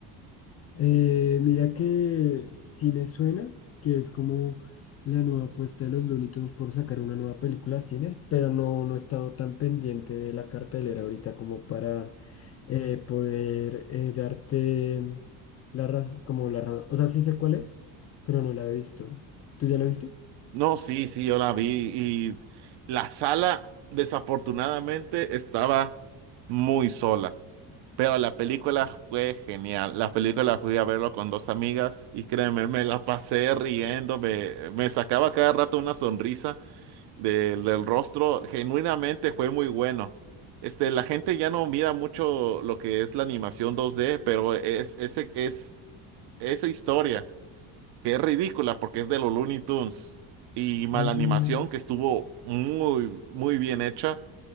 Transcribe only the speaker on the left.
Eh, mira que sí me suena que es como la nueva apuesta de los Looney Tunes por sacar una nueva película a cines, pero no, no he estado tan pendiente de la cartelera ahorita como para eh, poder eh, darte mm, la razón, como la razón, o sea, sí sé cuál es, pero no la he visto. ¿Tú ya la viste?
Ah,